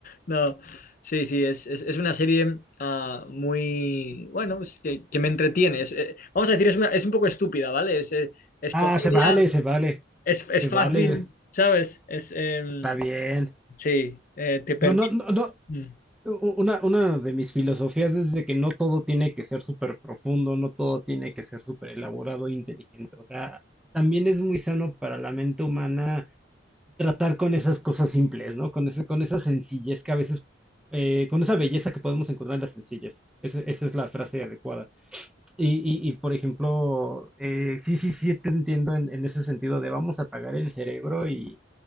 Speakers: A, on the left (about 45°); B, in the centre.
A: No, sí, sí, es, es- es una serie ah, muy, bueno, es que, que me entretiene. Es, eh, vamos a decir, es, una- es un poco estúpida, ¿vale? Es, eh, es
B: Ah,
A: comedia,
B: se vale, se vale,
A: es, es
B: se
A: fácil,
B: vale.
A: ¿sabes? Es, em,
B: Está bien.
A: sí, eh, te permite.
B: No, no, no, no.
A: Mm.
B: U- Una, una de mis filosofías es de que no todo tiene que ser súper profundo, no todo tiene que ser súper elaborado e inteligente. O sea, también es muy sano para la mente humana tratar con esas cosas simples, ¿no? Con ese, con esa sencillez que a veces, eh, con esa belleza que podemos encontrar en las sencillez. Esa, esa es la frase adecuada. Y, y, y, por ejemplo, eh, sí, sí, sí, te entiendo en, en ese sentido de vamos a apagar el cerebro y,